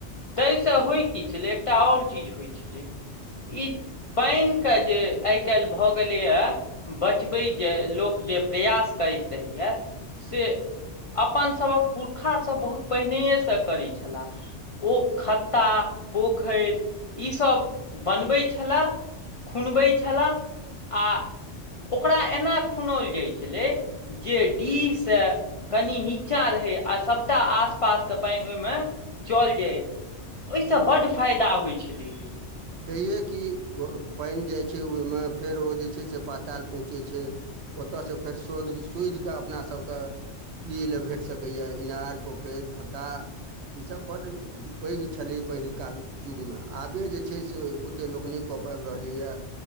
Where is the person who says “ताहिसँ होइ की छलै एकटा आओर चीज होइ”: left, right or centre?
Left